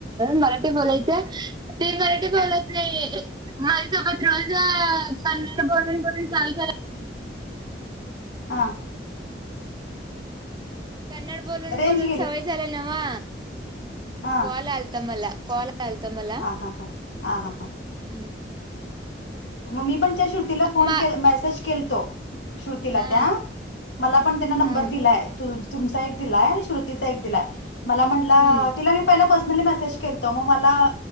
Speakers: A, on the right; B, on the left.
A: मराठी बोलायचं ते मराठी बोलात नाही. हा सोबत रोज पन् बोलून बोलून चाल <unintelligible>
B: हा <unintelligible>
A: हम <unintelligible> कन्नड बोलून
B: रेंज
A: बोलून
B: गेली
A: सवय झाल नावा
B: हा
A: कल आलता मला कॉल चालत मला
B: हा हा हा हा हा
A: हम् <unintelligible>
B: मम्मी पणच्या श्रुतीला फोन
A: मा
B: मेसेज <unintelligible> श्रतीला
A: हा
B: त्या मला पण त्यां नंर
A: हा
B: दिलाय <unintelligible> तुमचा एक दिलाय आणि श्रुतीचा एक दिलाय मला म्हंटलं
A: हम्म
B: तिला मी <unintelligible> पर्ली म म मला